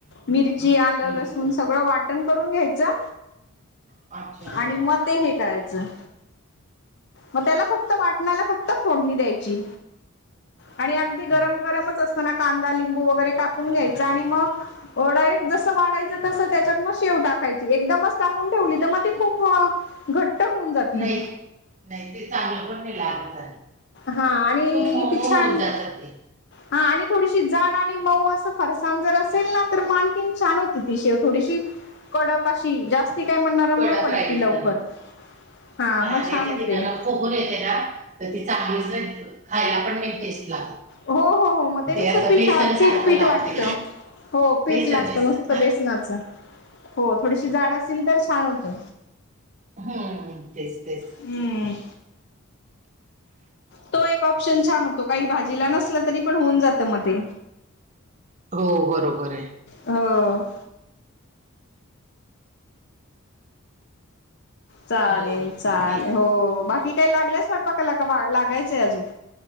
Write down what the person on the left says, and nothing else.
मिर ची, आलं,
लसून
सगळं वाटण करून घ्यायचं.
आणि म ते हे करायचं. मग त्याला फक्त वाटणाला फक्त फोडणी द्यायची.
आणि अगदी गरम- गरमच असताना कांदा लिंबू वगैरे कापून घ्यायचा आणि मग अ, डायरेक्ट जसं वाढयचं तसं त्याच्यात मग शेव टाकायचं. एकदमच टाकून ठेवली तर मग घट्ट होऊन जातील
हा आणि
ती छान
हा आणि थोडीशी जाड आणि मऊ असं फरसाण जर असेल ना, तर मग आणखीन छान होती ती शेव थोडीशी, कडक अशी जास्त ती काय मग नरम
नाही पडत
ती लवकर,
हा मग
छान
होते.
हो, हो, हो मग ते नुसत
पिठं,
पीठ,
पीठ
वाटतं. हो, पीठ
लागतं
नुसतं बेसनाचं. हो, थोडीशी जाड असतील तर छान होते.
हम्म. तो एक ऑप्शन छान होतो, काही भाजीला नसला तरी पण होऊन जात म ते.
हो. चालेल,
चालेल
हो बाकी काही लागलय स्वयंपाकाला का लागायचंय अजून?